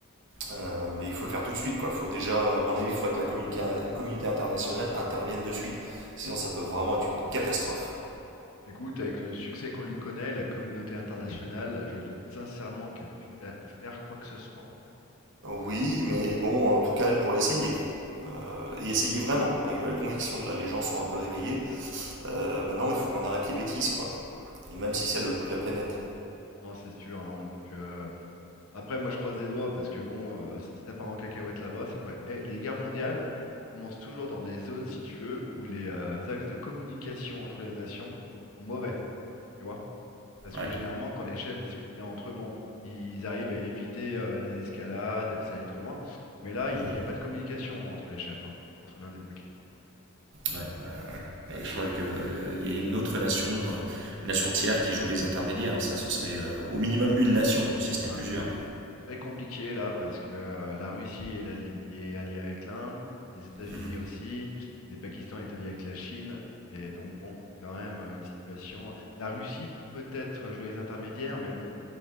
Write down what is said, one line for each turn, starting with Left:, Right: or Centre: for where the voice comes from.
Right: Euh, mais il faut le faire tout de suite, quoi. Faut déjà, à mon avis, il faudrait que la communica- la communauté internationale intervienne de suite. Sinon, ça peut vraiment être une catastrophe.
Left: Écoute, avec le succès qu'on lui connaît, la communauté internationale, je doute sincèrement qu'elle puisse fa- faire quoi que ce soit.
Right: Oui, mais bon, en tout cas, elle pourrait essayer. Euh, et essayer vraiment, avec de la conviction. Là, les gens sont un peu réveillés. Euh, maintenant, il faut qu'on arrête les bêtises, quoi. Et même si c'est à l'autre bout de la planète.
Left: Non, c'est sûr, hein, donc... euh, Après, moi, je croise les doigts parce que bon, euh, si ça part en cacahuète là-bas, c'est prêt. Eh, les guerres mondiales commencent toujours dans des zones, si tu veux, où les euh, axes de communication entre les nations sont mauvais, tu vois? Parce
Right: Ouais.
Left: que généralement, quand les chefs discutent bien entre eux, bon, ils arrivent à éviter euh, les escalades, que ça aille trop loin. Mais là, il
Right: Mhm.
Left: n'y a pas de communication entre les chefs, hein, entre l'Inde et le Pakistan.
Right: Ouais, ouais, ouais. Bah, je croyais qu'il y ait une autre nation, euh, une nation tiers qui joue les intermédiaires. Ça, ce serait euh, au minimum une nation, si ce
Left: Ah,
Right: n'est plusieurs.
Left: Très compliqué là parce que euh, la Russie est alliée, est alliée avec l'Inde, les États-Unis
Right: Mhm.
Left: aussi, et le Pakistan est allié avec la Chine. Et donc bon, c'est quand même euh, une situation. La Russie peut-être jouer les intermédiaires, mais bon,